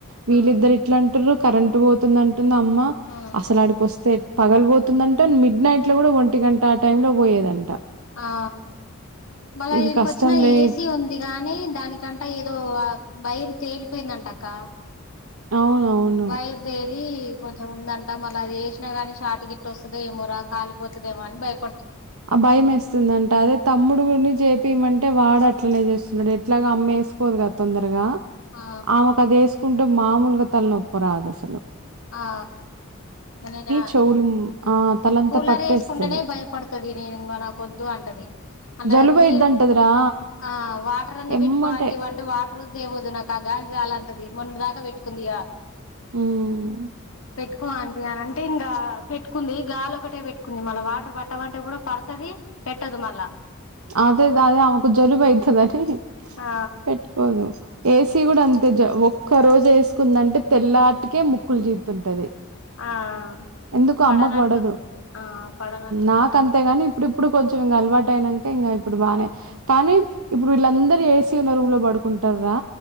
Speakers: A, on the right; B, on the left.
A: వీళ్ళిద్దరు
B: ఆ
A: ఇట్లంటూర్రు కరెంట్ పోతుంది అంటుంది అమ్మ
B: ఆ
A: అసలాడికొస్తే పగల్ బోతుందంట మిడ్ నైట్ లో గుడా ఒంటి గంట ఆ టైం లో పోయేదంట
B: ఆ మళ్ళ
A: ఇక
B: ఈడికొచ్చిన
A: కష్టంలే
B: ఏసీ ఉంది గాని దానికంట ఏ లో ఆ బైర్ తేలిపోయిందంటక్క
A: అవునవును
B: వైర్ దెగ్ లీ కొంచెం ఉందంట మళ్ళ అది ఏసినా గాని షార్ట్ గిట్ట వస్తదో ఏమో రా కాలిపోతదేమో అని భయప్
A: అ భయంమేస్తుందంట అదే తమ్ముడుగుని చేపిమంట్ టే వాడు అట్లనే చేస్తున్నడు ఎట్లాగో అమ్మేసుకోదు గద తొందరగా
B: ఆ
A: ఆమెకదేసుకుంట్ టె మామూలుగ తలనొప్పురాదసలు
B: ఆ నేనా
A: చెవులు మ్ ఆ తలంతా
B: కూలరేసుకుంటేనే
A: పట్టేస్తది
B: భయపడుతది నే ఇంగా నాకొద్దు అంటది
A: జలుబయిద్దంటదిరా
B: అట్ నీర్ ఆ వాటర్ అన్న
A: ఎమ్మటే
B: బెట్టుకో ఆంటీ అంటే వాటరోద్దు ఏమొద్దు నాకా గాలి జా లమ్టది మొన్నడ్దాక పెట్టుకుందిగా
A: ఉమ్
B: క్కో అంటీ అని అంటే ఇంగా పెట్టుకుంది గాలొకటే పెట్టుకుంది మళ్ళ, వాటర్ పట్టమంటే కూడా పడుతది పెట్టదు మళ్ళ
A: అదేదే ఆమెకు జలుబు అయితదని
B: ఆ
A: పెట్టుకోదు ఏసి గుడ అంతే ఒక్క రోజు ఏసుకుందంటే తెల్లాటికే ముక్కులు జీద్తుంటది
B: ఆ ఆ
A: ఎందుకో
B: పడనట్టుంది
A: అమ్మకు పడదు
B: పడనట్టుంది
A: నాకంతేగని
B: ఆంటీకి
A: ఇప్పుడిప్పుడు కొంచెం ఇంగ అలవాటయినం కా ఇప్పుడు బానే కనీ ఇప్పుడు వీళ్ళందరూ ఏసీ ఉన్న రూమ్ లో పడుకుంటరు గా